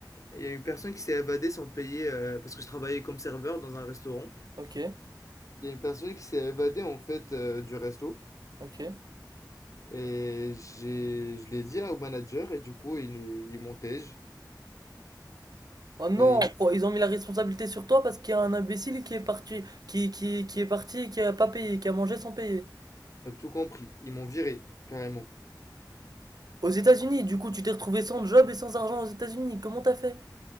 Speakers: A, on the left; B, on the right.
A: il y a une personne qui s'est évadée sans payer euh, parce que je travaillais comme serveur dans un restaurant.
B: ok,
A: Il y a une personne qui s'est évadée en fait euh, du resto
B: ok.
A: et j'ai je l'ai dit au manager et du coup ils ils m'ont tège.
B: Oh non,
A: Et ils
B: oh, ils ont mis la responsabilité sur toi parce qu'il y a un imbécile qui est parti, qui, qui, qui est parti et qui a pas payé, qui a mangé sans payer.
A: m'ont tout compris. Ils m'ont viré carrément.
B: Aux États-Unis, du coup, tu t'es retrouvé sans job et sans argent aux États-Unis. Comment t'as fait?